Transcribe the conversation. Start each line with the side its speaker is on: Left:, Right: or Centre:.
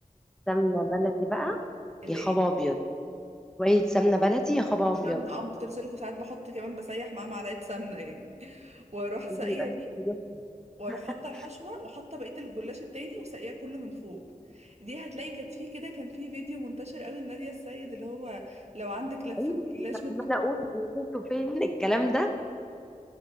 Centre: سمنه بلدي بقى
Right: الايه
Centre: يا خبر ابيض شويه سمنه بلدي يا خبر
Right: وسمنة
Centre: ابيض
Right: اه ما كنت لسه لكم ساعات بحط كمان بسيح معاه معلقة سمنة يعني <laughs> واروح ساقية
Centre: نجيب
Right: بيه
Centre: نجيب
Right: واروح
Centre: <laughs>
Right: حاطة الحشوة وحاطة بقية الجلاش التاني وساقياه كله من فوق دي هتلاقي كانت في كده كان في فيديو منتشر قوي لنادية السيد اللي هو لو عندك لفة
Centre: ايوه
Right: جلاش متقطع
Centre: عماله اقول انا شفته فين الكلام ده